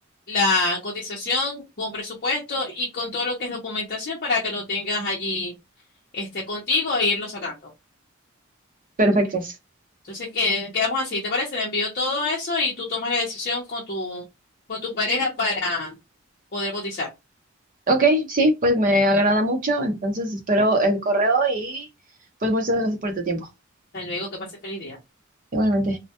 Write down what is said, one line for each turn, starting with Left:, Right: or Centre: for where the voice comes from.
Left: la cotización, con presupuesto y con todo lo que es documentación para que lo tengas allí, este, contigo e irlo sacando.
Right: Perfecto.
Left: Entonces, que- quedamos así, ¿te parece? Le envío todo eso y tú tomas la decisión con tu, con tu pareja para poder cotizar.
Right: Ok, sí, pues me agrada mucho, entonces espero el correo y pues muchas gracias por tu tiempo.
Left: Hasta luego, que pase feliz día.
Right: Igualmente.